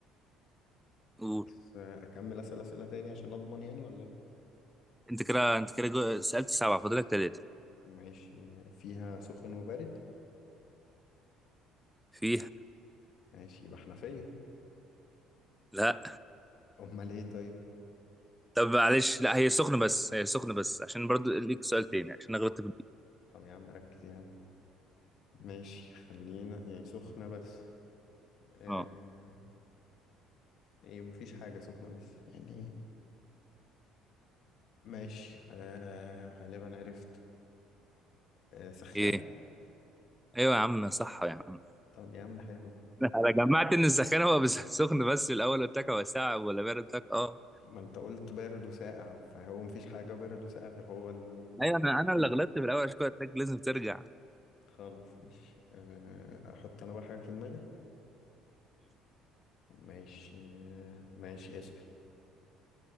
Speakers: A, in the centre; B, on the left.
A: قول
B: بس آه، أكمل أسأل أسئلة تاني عشان أضمن يعني ولا إيه؟
A: انت كده انت كده جو- سألت سبعة فاضلك ثلاثة
B: ماشي فيها سخن وبرد
A: فيها
B: ماشي يبقى حنفية
A: لا
B: أمال إيه طيب
A: طب معلش لا هي سخنة بس هي سخنة بس عشان برضه ليك سؤال تاني عشان انا غلطت في دي
B: طب يا عم ركز يا عم ماشي خلينا يعني سخنة بس آه
A: اه
B: آه، إيه مفيش حاجة سخنة بس يعني إيه. ماشي آه غالبا عرفت آه سخان
A: ايه ايوه يا عم صح يا عم <laughs>
B: طب يا عم حلو
A: لا، انا جمعت ان السخان هو بس <laughs> سخن بس الاول قلت لك هو ساعة ولا بارد قلت لك اه
B: ما أنت قلت بارد وساقع فهو مفيش حاجة بارد وساقع غير هو ال
A: ايوه انا انا اللي
B: هي.
A: غلطت في الاول عشان كده قلت لك لازم ترجع
B: خلاص ماشي آه أحط أنا بقى حاجة في دماغي ماشي آه، ماشي اسأل